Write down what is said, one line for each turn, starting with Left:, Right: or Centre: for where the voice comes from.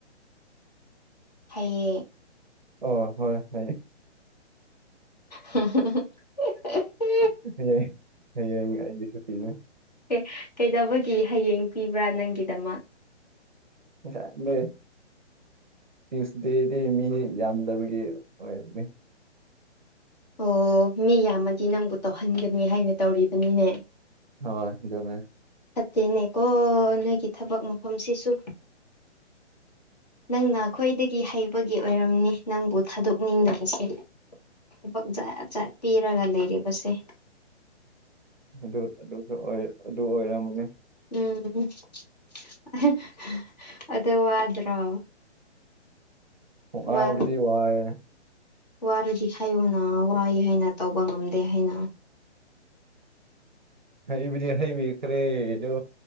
Left: ꯍꯌꯦꯡ
Right: ꯑꯣ ꯍꯣꯏ ꯍꯩ
Left: ꯍꯥ ꯍꯥ ꯍ ꯑꯥ ꯑ
Right: ꯍꯌꯦ ꯍꯌꯦꯡ ꯑꯩꯗꯤ ꯁꯨꯇꯤꯅꯦ
Left: ꯑꯦ ꯀꯩꯗꯧꯕꯒꯤ ꯍꯌꯦꯡ ꯄꯤꯕ꯭ꯔꯥ ꯅꯪꯒꯤꯗꯃꯛ
Right: ꯖꯥꯠꯅꯦ ꯇ꯭ꯌꯨꯁꯗꯦꯗꯤ ꯃꯤ ꯌꯥꯝꯗꯕꯒꯤ ꯑꯣꯏꯔꯝꯅꯦ
Left: ꯑꯣ ꯃꯤ ꯌꯥꯝꯃꯗꯤ ꯅꯪꯕꯨ ꯇꯣꯍꯟꯒꯅꯤ ꯍꯥꯏꯅ ꯇꯧꯔꯤꯕꯅꯤꯅꯦ
Right: ꯍꯣꯏ ꯑꯗꯨꯃꯥꯅ
Left: ꯐꯠꯇꯦꯅꯦꯀꯣ ꯅꯣꯏꯒꯤ ꯊꯕꯛ ꯃꯐꯝꯁꯤꯁꯨ ꯅꯪꯅ ꯈꯣꯏꯗꯒꯤ ꯍꯩꯕꯒꯤ ꯑꯣꯏꯔꯝꯅꯤ ꯅꯪꯕꯨ ꯊꯥꯗꯣꯛꯅꯤꯡꯗꯕꯁꯦ ꯊꯕꯛ ꯖꯥ ꯖꯥꯠ ꯄꯤꯔꯒ ꯂꯩꯔꯤꯕꯁꯦ
Right: ꯑꯗꯨ ꯑꯗꯨꯁꯨ ꯑꯣꯏ ꯑꯗꯨ ꯑꯣꯏꯔꯝꯒꯅꯦ
Left: ꯎꯝ ꯑꯍꯦ ꯍꯥ ꯑꯗꯨ ꯋꯥꯗ꯭ꯔꯣ
Right: ꯋꯥꯕꯗꯤ
Left: ꯋꯥ
Right: ꯋꯥꯌꯦ
Left: ꯋꯥꯔꯗꯤ ꯍꯥꯏꯌꯣꯅ ꯋꯥꯏ ꯍꯥꯏꯅ ꯇꯧꯕ ꯉꯝꯗꯦ ꯍꯩꯅ
Right: ꯍꯩꯕꯨꯗꯤ ꯍꯩꯕꯤꯈ꯭ꯔꯦ ꯗꯣ